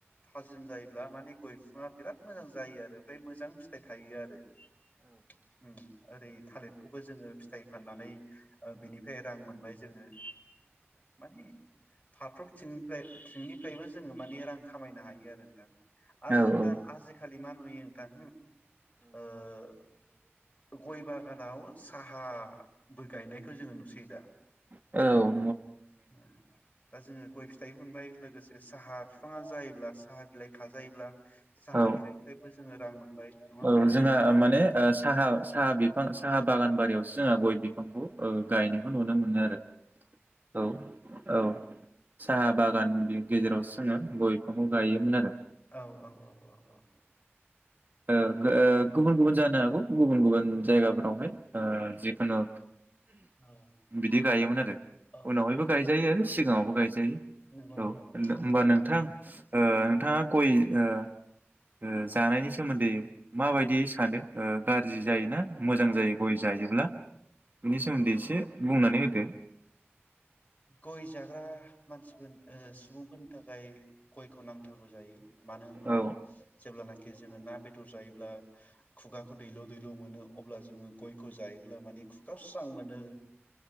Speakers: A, on the left; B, on the right.
A: थाजिम जायोब्ला मानि गय बिफांआव बिरात मोजां जायो आरो बे मोजां फिथाइ थायो आरो आरो
B: औ नंगौ
A: जों दा आजिखा खालि मा नुयो नोंथां ओ गय बागानाव सानहाबो गनायनायखौ जों नुसै दा‌
B: औ
A: दा जोङो गय फिथाइबो मोनबाय लोगोसे साहा बिबाङा जायोब्ला साहा बिलाइ खाजायोब्ला साहा
B: औ
A: बिलाइनिफ्रायबो जोङो रां मोनबाय नङा होमबा
B: औ जोंहा माने ओ साहा साहाबि साहा बागान बारियावसो जोंहा गइ बिफांखौ औ गायनायखौ नुनो मोनो आरो औ औ साहा बागान बि गेजेरावसो जोङो गइ बिफांखौ गायोमोन आरो।
A: औ औ औ औ औ
B: ओ गुबुन गुबुन जानो हागौ गुबुन गुबुन जायगाफोरावहाय ओ जिखुनु
A: औ
B: बिदि गायोमोन आरो
A: औ
B: उनावहायबो गायजायो सिगाङावबो गाय
A: नंगौ नंगौ
B: औ होनबा
A: नंगौ नंगौ
B: नोंथां ओ नोंथाङा गइ ओ ओ जानायनि सोमोन्दै मााबायदि बिदि सानो गाज्रि जायोना मोजां जायो गइ जायोब्ला बिनि सोमोन्दै एसे बुंनानै होदो
A: गइ जाग्रा मानसिफोर सुबुंफोरनि थाखाय गइखौ नांथारगौ जायो मानो होनोमब्ला
B: औ
A: जेब्लानाखि खि जोङो ना बेदर जायोब्ला खुगाखौ दैल' दैल' मोनो अब्ला जोङो गइखौ जायोब्ला मानिे खुगायाव स्रां मोनो